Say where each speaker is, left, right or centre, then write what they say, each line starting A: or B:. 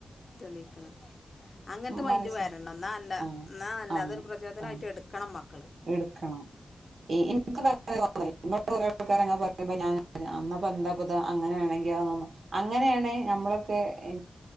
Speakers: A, on the left (about 50°); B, on the right (about 80°).
A: തെളിയിക്കണം അങ്ങനത്തെ മൈന്റ്
B: മനസ്സ്
A: വരണം എന്നാ അല്ല
B: ആഹ്
A: എന്നാ അല്ല
B: ആഹ്
A: അതൊരു പ്രചോദനമായിട്ട്
B: ആഹ്
A: എടുക്കണം മക്ക
B: എടുക്കണം <unintelligible> <unintelligible> കുറെ ആൾക്കാര് അങ്ങനെ പറയുമ്പോ ഞാൻ എന്താപ്പത് അങ്ങനെയാണെങ്കി <unintelligible> അങ്ങനെയാണെ ഞമ്മളൊക്കെ ഏ